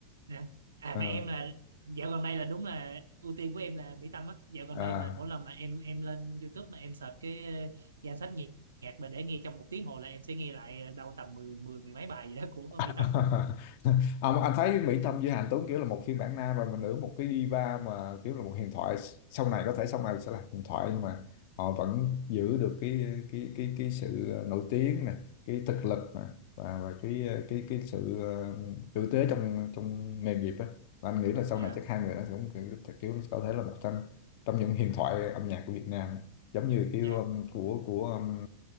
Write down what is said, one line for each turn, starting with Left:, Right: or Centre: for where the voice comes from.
Right: nè. à
Left: à,
Right: mà em là dạo gần đây là đúng là ưu tiên của em là Mỹ Tâm á dạo gần
Left: à
Right: đây mà mỗi lần mà em em lên YouTube mà em search cái ờ, danh sách nhạc nhạc mà để nghe trong một tiếng hồ là em sẽ nghe lại đâu tầm mười mười mười mấy bài gì đó của Mỹ
Left: <laughs>
Right: Tâm á
Left: à, mà anh thấy Mỹ Tâm với Hàn Tuấn kiểu là một phiên bản nam rồi mà nữ một cái diva mà kiểu là một huyền thoại sau này có thể sau này sẽ là huyền thoại nhưng mà họ vẫn giữ được cái cái cái cái sự nổi tiếng nè cái thực lực nè và và cái cái cái sự ờ, tử tế trong trong nghề nghiệp á Và anh nghĩ là sau
Right: dạ
Left: này chắc hai người nó cũng kiểu, kiểu có thể là một trong trong những huyền thoại âm nhạc của Việt Nam giống như kiểu
Right: dạ
Left: um, của của um,